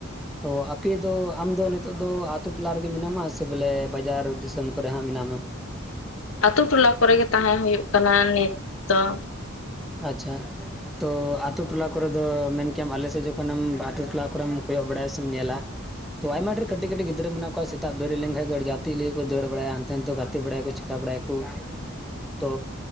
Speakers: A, in the centre; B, on the left.
A: ᱛᱚ ᱟᱯᱮ ᱫᱚ ᱟᱢ ᱫᱚ ᱱᱤᱛᱚᱜ ᱫᱚ ᱟᱛᱳ ᱴᱚᱞᱟ ᱨᱮᱜᱮ ᱢᱮᱱᱟᱢᱟ ᱥᱮ ᱵᱚᱞᱮ ᱵᱟᱡᱟᱨ ᱫᱤᱥᱚᱢ ᱠᱚᱨᱮ ᱦᱟᱸᱜ ᱢᱮᱱᱟᱢᱟ?
B: ᱟᱛᱳ ᱴᱚᱞᱟ ᱠᱚᱨᱮ ᱜᱮ ᱛᱟᱦᱮᱸ ᱦᱩᱭᱩᱜ ᱠᱟᱱᱟ ᱱᱤᱛ ᱫᱚ ᱾
A: ᱟᱪᱪᱷᱟ ᱾ ᱛᱚ ᱟᱛᱳ ᱴᱚᱞᱟ ᱠᱚᱨᱮ ᱫᱚ ᱢᱮᱱ ᱠᱮᱭᱟᱢ ᱟᱞᱮ ᱥᱮᱫ ᱡᱚᱠᱷᱚᱱᱮᱢ ᱟᱛᱳ ᱴᱚᱞᱟ ᱠᱚᱨᱮᱢ ᱠᱚᱭᱚᱜ ᱵᱟᱲᱟᱭᱟ ᱥᱮᱢ ᱧᱮᱞᱟ ᱛᱚ ᱟᱭᱢᱟ ᱰᱷᱮᱨ ᱠᱟᱹᱴᱤᱡ, ᱠᱟᱹᱴᱤᱡ ᱜᱤᱫᱽᱨᱟᱹ ᱢᱮᱱᱟᱜ ᱠᱚᱣᱟ ᱥᱮᱛᱟᱜ ᱫᱟᱹᱲ ᱞᱮᱱᱠᱷᱟᱱ ᱜᱟᱛᱮᱜ ᱠᱚ ᱫᱟᱹᱲ ᱵᱟᱲᱟᱭᱟ ᱦᱟᱱᱛᱮ ᱱᱟᱛᱮ ᱜᱟᱛᱮ ᱵᱟᱲᱟᱭ ᱟᱠᱚ ᱵᱟᱲᱟᱭ ᱟᱠᱚ ᱛᱚ